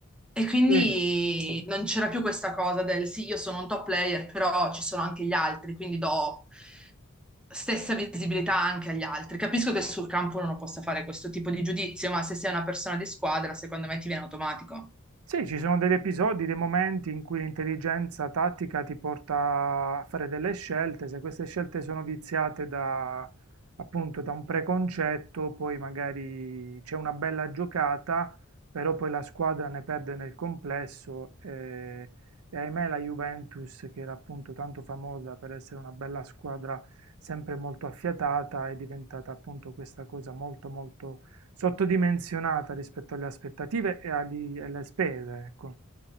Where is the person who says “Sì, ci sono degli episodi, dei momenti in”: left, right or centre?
Right